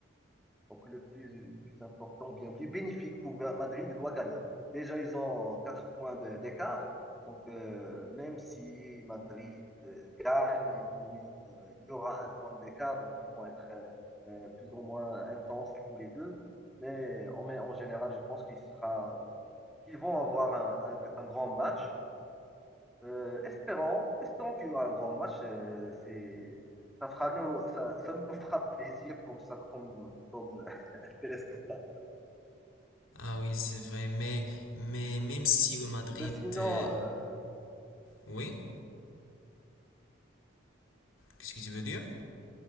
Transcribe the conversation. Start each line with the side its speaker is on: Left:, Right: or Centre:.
Centre: Donc le plus, le plus important, bien, plus bénéfique pour Madrid, il doit gagner. Déjà, ils ont 4 points de- d'écart. Donc, euh, même si Madrid euh, gagne, on euh, il y aura un point d'écart. Donc, ils vont être euh, euh, plus ou moins intenses tous les deux. Mais en, en général, je pense qu'il sera, qu'ils vont avoir un, un- un grand match. Euh, espérons, espérons qu'il y aura un grand match. Euh, c'est, ça fera nous, ça, ça nous fera plaisir comme ça, comme, comme euh, <laughs> téléspectateurs.
Left: Ah oui, c'est vrai, mais, mais même si le Madrid...
Centre: Ben sinon,
Left: euh,
Centre: euh,
Left: Oui? Qu'est-ce que tu veux dire?